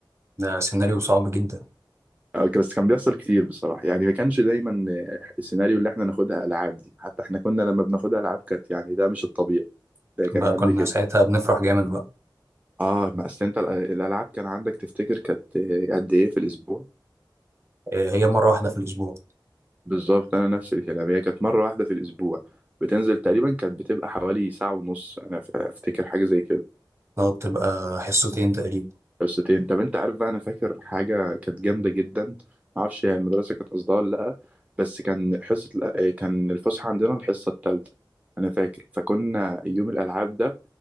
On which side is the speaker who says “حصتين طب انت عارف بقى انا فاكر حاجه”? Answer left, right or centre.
Right